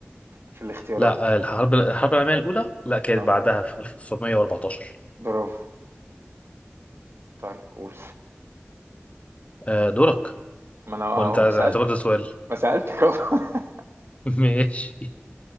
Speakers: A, on the right; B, on the left.
A: في الاختيارات
B: لا آه، الحرب الحرب العالمية الأولى لا كانت
A: اه
B: بعدها في 1914
A: برافو طيب قول
B: آه، دورك
A: ما انا اهو
B: ولا انت اعتبر
A: سالتك
B: ده سؤال
A: ما سالتك اهو <laughs>
B: <laughs> ماشي